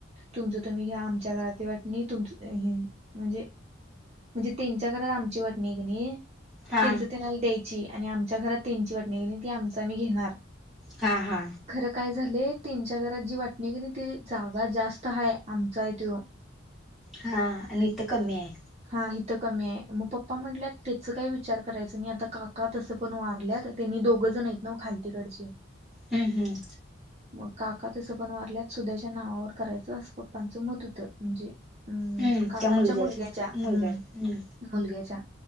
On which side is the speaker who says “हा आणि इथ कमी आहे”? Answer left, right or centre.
Centre